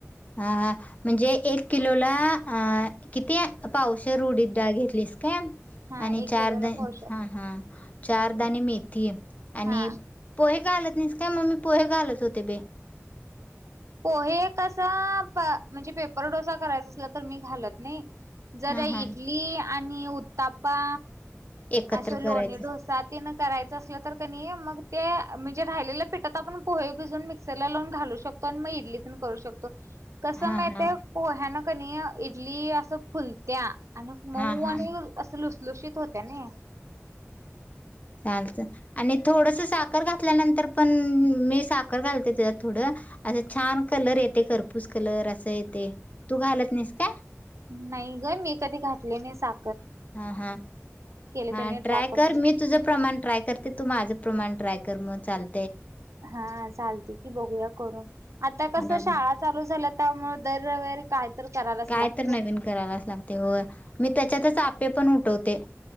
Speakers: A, on the left; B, on the right.
A: हां हां म्हणजे एक किलोला अ किती? पावशेर उडीदडाळ घेतलीस काय?
B: हा
A: आणि
B: एक
A: चारदा
B: किलोला पावशेर
A: हां हां चारदाणे मेथी आणि
B: हा
A: पोहे घालत नाहीस का? मग मी पोहे घालत होते बाई.
B: पोहे कसं प म्हणजे पेपर डोसा करायचा असला तर मी घालत नाही. जर
A: हा
B: इडली
A: हा
B: आणि उत्तप्पा
A: एकत्र
B: असं लोणी
A: करायचं
B: डोसा तेन करायचं असलं तर क नई मग ते म्हणजे राहिलेल्या पिठात आपण पोहे भिजून मिक्सरला लावून घालू शकतो आणि म इडलीत करू शकतो. कसं
A: हा
B: माहितेय
A: हा
B: पोह्यानं क नाही इडली असं फुलत्या. आणि मऊ
A: हा हा
B: आणि असं लुसलुशीत होत्या नाई.
A: चालतं आणि थोडसं साखर घातल्यानंतर पण मी साखर घालते त्याच्यात थोडं, असं छान कलर येते करपूस कलर असं येतंय तू घालत नाहीस का?
B: नाही गं मी कधी घातले नाही सा
A: हां हां
B: कणी
A: हां ट्राय
B: करून
A: कर
B: बघते
A: मी तुझं प्रमाण ट्राय करते तू माझं प्रमाण ट्राय कर मग चाल.
B: हां चालतंय की बघूया करून. आता कसं
A: हा
B: शाळा चालू झाल्यात त्यामुळे दर रविवारी काय तर करायलाच
A: काय
B: लागतय.
A: तर नवीन करायलाच लागतंय होय मी त्याच्यातच आप्पे पण उठव ते.